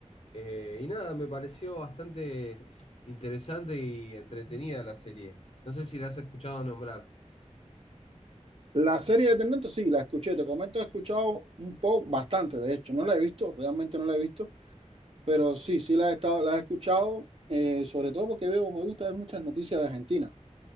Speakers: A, on the left (about 55°); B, on the right (about 55°).
A: Eh, y nada, me pareció bastante interesante y entretenida la serie. No sé si la has escuchado nombrar.
B: La serie de Tendantes, sí, la escuché. Te comento, he escuchado un poco, bastante, de hecho. No la he visto, realmente no la he visto, pero sí, sí la he estado, la he escuchado, eh, sobre todo porque veo, me gusta ver muchas noticias de Argentina.